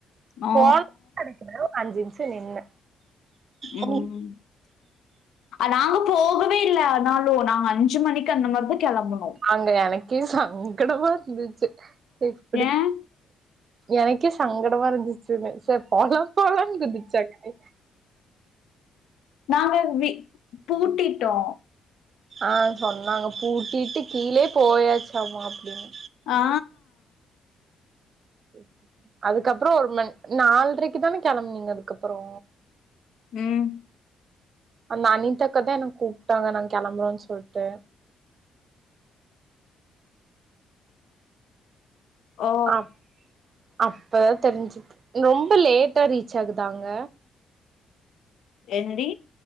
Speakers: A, on the left; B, on the right.
A: ஆ,
B: பால் <unintelligible> அஞ்சு நிமிஷோ நின்ன
A: ம்
B: உங்க
A: நாங்க போகவே இல்ல ஆனாலு நாங்க அஞ்சு மணிக்கு அந்த மாரிதா கிளம்பனோ
B: அங்க எனக்கே சங்கடமா இருந்துச்சு எப்டி
A: ஏன்
B: எனக்கே சங்கடமா இருந்துச்சுமே சேரி போலா போலானு குதிச்சாக்கலே
A: நாங்க வி பூட்டிட்டோ
B: ஆ சொன்னாங்க பூட்டிட்டு கீழே போயாச்சமா அப்டின்னு
A: ஆ
B: ஓகே <unintelligible> அதுக்கப்றோ ஒரு மண் நாலரைக்கு தானே கிளம்புனிங்க அதுக்கப்றோ
A: ம்
B: அந்த அனிதாக்கதா என கூப்ட்டாங்க நா கிளம்புறோன்னு சொல்ட்டு
A: ஓ
B: அப் அப்ப தெரிஞ்சுக் ரொம்ப லேட்டா ரீச் ஆகுதாங்க
A: என்டி